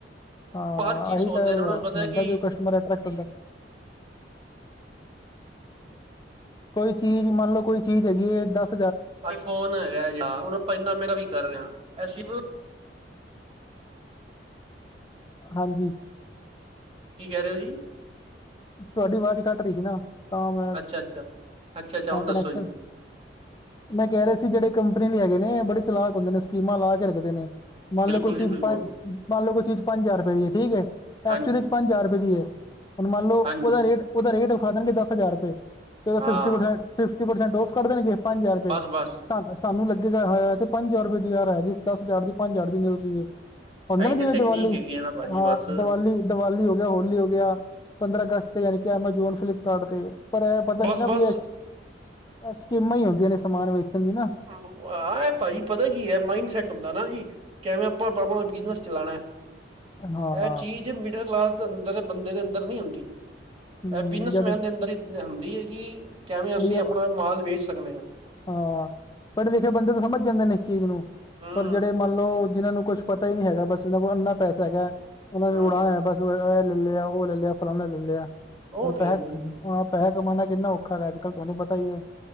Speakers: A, on the left; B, on the right.
A: ਹਾਂ
B: ਉਹ ਹਰ ਚੀਜ਼
A: ਅਹੀ
B: ਸੋਚਦੇ
A: ਤਾਂ
B: ਨੇ ਉਹਨਾਂ ਨੂੰ ਪਤਾ
A: ਹੁੰਦਾ,
B: ਹੈ ਕਿ
A: ਜੋ ਕਸਟਮਰ ਅ੍ਰੈਕਟ ਹੁੰਦਾ। ਕੋਈ ਚੀਜ਼, ਮੰਨ ਲਓ ਕੋਈ ਚੀਜ਼ ਹੈਗੀ ਏ, ਦੱਸ
B: ਆਈ ਫੋਨ ਹੈਗਾ ਯਾਹੁਣ ਆਪਾਂ ਇੰਨਾ ਮਹਿੰਗਾ ਵੀ ਕਰ ਰਹੇ ਹਾਂ ਏ ਸਿ
A: ਹਾਂਜੀ।
B: ਕੀ ਕਹਿ ਰਹੇ ਹੋ ਜੀ?
A: ਤੁਹਾਡੀ ਆਵਾਜ਼ ਕੱਟ ਰਹੀ ਹੀ ਨਾ, ਤਾਂ ਮੈਂ,
B: ਅੱਛਾ ਅੱਛਾ ਅੱਛਾ ਅੱਛਾ
A: ਹਾਂ
B: ਹੁਣ
A: ਕਨੈਕਸ਼ਨ
B: ਦੱਸੋ ਜੀ
A: ਮੈਂ ਕਹਿ ਰਿਹਾ ਸੀ ਜਿਹੜੇ ਕੰਪਨੀ ਲਈ ਹੈਗੇ ਨੇ, ਬੜੇ ਚਲਾਕ ਹੁੰਦੇ ਨੇ, ਸਕੀਮਾਂ ਲਾ ਕੇ ਰੱਖਦੇ ਨੇ। ਮੰਨ
B: ਬਿਲਕੁਲ
A: ਲਓ ਕੋਈ ਚੀਜ਼
B: ਜੀ ਬਿਲਕੁਲ
A: ਮੰਨ ਲਓ ਕੋਈ ਚੀਜ਼ ਪੰਜ ਹਜ਼ਾਰ ਰੁਪਏ ਦੀ ਠੀਕ ਏ।
B: ਹਾਂਜੀ
A: ਐਕਚੁਲੀ ਚ ਪੰਜ ਹਜ਼ਾਰ ਰੁਪਏ ਦੀ ਏ, ਹੁਣ ਮੰਨ ਲਓ
B: ਹਾਂਜੀ
A: ਉਹਦਾ ਉਹਦਾ ਰੇਟ ਵਖਾ ਦੇਣਗੇ ਦਸ ਹਜ਼ਾਰ ਰੁਪਏ ਤੇ ਉਹਦਾ
B: ਹਾਂ
A: ਫਿਫਟੀ, ਫਿਫਟੀ ਪਰਸੈਂਟ ਔਫ ਕਰ ਦੇਣਗੇ। ਪੰਜ ਹਜ਼ਾਰ ਰੁਪਏ
B: ਬਸ ਬਸ
A: ਸਬ ਸਾਨੂੰ ਲੱਗੇਗਾ ਹਾ ਹਾਏ ਤੇ ਪੰਜ ਹਜ਼ਾਰ ਰੁਪਏ ਦੀ ਯਾਰ ਹੈਗੀ, ਦਸ ਹਜ਼ਾਰ ਦੀ, ਪੰਜ ਹਜ਼ਾਰ ਦੀ ਮਿਲ ਰਹੀ ਏ। ਹੁੰਦੇ
B: ਇਹੀ
A: ਨਾ ਜਿਵੇਂ
B: ਤਾਂ ਟੈਕਨੀਕ
A: ਦੀਵਾਲੀ
B: ਹੈਗੀ ਹੈ ਨਾ ਭਾਜੀ
A: ਹਾਂ
B: ਬਸ
A: ਦੀਵਾਲੀ। ਦੀਵਾਲੀ ਹੋ ਗਿਆ, ਹੋਲੀ ਹੋ ਗਿਆ, ਪੰਦਰਾਂ ਅਗਸਤ ਤੇ ਯਾਨੀ ਕਿ ਐਮਾਜੋਨ ਫਲਿਪਕਾਰਟ ਤੇ। ਪਰ ਇਹ ਪਤਾ ਨੀ
B: ਬਸ
A: ਨਾ ਵੀ
B: ਬਸ
A: ਇਹ, ਸਕੀਮਾਂ ਹੀ ਹੁੰਦੀਆਂ ਨੇ ਸਮਾਨ ਵੇਚਣ ਦੀਆਂ ਨਾ।
B: ਆਹ ਭਾਜੀ ਪਤਾ ਕੀ ਏ, ਇਹ ਮਾਈੰਡ ਸੈਟ ਹੁੰਦਾ ਨਾ ਜੀ। ਕਿਵੇਂ ਆਪਾਂ ਡਬਲ, ਬਿਜਨਸ ਚਲਾਣਾ।
A: ਹਾਂ
B: ਇਹ ਚੀਜ਼ ਮਿਡਲ ਕਲਾਸ ਦੇ ਅੰਦਰ, ਬੰਦੇ ਦੇ ਅੰਦਰ ਨਹੀਂ ਹੁੰਦੀ।
A: ਹੂੰ
B: ਇਹ ਬਿਜਨਸਮੈਨ
A: ਜਦ
B: ਦੇ ਅੰਦਰ ਹੀ ਹੁੰਦੀ ਹੈ ਕਿ ਕਿਵੇਂ ਅਸੀਂ
A: ਵੀ
B: ਆਪਣਾ ਮਾਲ ਵੇਚ ਸਕਦੇ ਹਾਂ।
A: ਹਾਂ ਪੜ੍ਹੇ ਲਿਖੇ ਬੰਦੇ ਤਾਂ ਸਮਝ ਜਾਂਦੇ ਨੇ ਇਸ ਚੀਜ਼ ਨੂੰ,
B: ਹੂੰ
A: ਪਰ ਜਿਹੜੇ ਮੰਨ ਲਓ, ਜਿਹਨਾਂ ਨੂੰ ਕੁਛ ਪਤਾ ਹੀ ਨਹੀਂ ਹੈਗਾ, ਬਸ ਇਹਨਾਂ ਕੋਲ ਅੰਨਾ ਪੈਸਾ ਹੈਗਾ। ਉਹਨਾਂ
B: ਹੂੰ
A: ਨੇ ਉੜਾਨਾ ਬਸ, ਇਹ ਲੈ ਲਿਆ, ਉਹ ਲੈ ਲਿਆ, ਫਲਾਂਨਾ ਲੈ ਲਿਆ।
B: ਉਹ
A: ਪਰ ਪੈਹਾ
B: ਤੇ ਹੈ ਹੀ ਹੈ ਜੀ
A: ਹਾਂ ਪੈਹਾ ਕਮਾਉਣਾ ਕਿੰਨਾ ਔਖਾ ਹੈਗਾ, ਅੱਜ- ਕੱਲ੍ਹ ਤੁਹਾਨੂੰ ਪਤਾ ਹੀ ਹੈ।